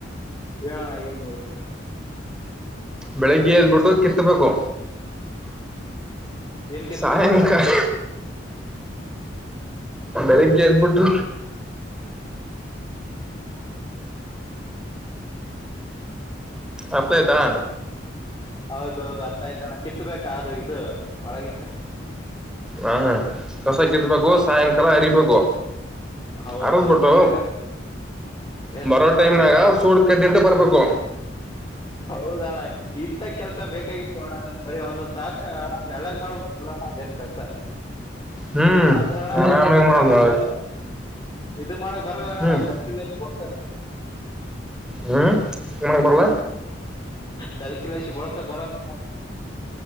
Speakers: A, on the left; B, in the centre.
A: ಏಳನ ಏನೂರುಕ
B: ಬೆಳಗ್ಗೆ ಅಂದ್ಬಿಟ್ಟು ಕಿತ್ತಬೇಕು
A: ಏನ್ ಕಿತ್ಬೇಕು
B: ಸಾಯಂಕಾಲ ಬೆಳಗ್ಗೆ ನ್ಬಿಟ್ಟು ಅಪ್ಪ ಆಯ್ತಾ
A: ಹೌದೌದು ಅರ್ಥಯ್ತಣ ಕಿತ್ಬೇಕಾದದು ಇದು ಒಳಗ
B: ಹ ಹಾ ಕಸ ಕತ್ಬೇಕು ಸಾಯಂಕಾಲ ಅರಿಬೇಕು
A: ಹೌದೌದು
B: ಅರದ್ಬಿಟ್ಟು
A: ಚಲೋ ಇದೆ ಎಷ್ಟ್
B: ಬರೋ
A: ಕೊಡ್ತೀರ
B: ಟೈಮ್ನಾಗ
A: ಅಣ್ಣ ಚಾರ್ಜ್
B: ಸೂಡ್ ಕೆದ್ದಟ್ಟು ಬರ್ಬೇಕು
A: ಹೌದಣ ಇಂಂತ ಕೆಲ್ಸ ಬೇಕಾಗಿತ್ತು ಅಣ್ಣ ನ ಬರಿ ಒಂದೊಂದ್ ತಾಸ ನಳ್ಳಗ್ ಮಾಡ್ಬ ಅದೇನ್ ಕಳ್ತ
B: ಹ್ಮ್
A: ಆದ್ರಣ್ಣ
B: ಆರಾಮಾಗಿ ಮಾಡ
A: ನಮಗೆ ಇದು ಮಾಡಕ್ ಬರಲ್ಲಡ
B: ಹ್ಮ್
A: ಸತ
B: ಹ್ಮ್ ನಿಮ್ಮಗೆ ಬರ್ಲ
A: ಸರ್ಕಿಲ್ಲಸ ಬಳಸಕ್ ಬರವು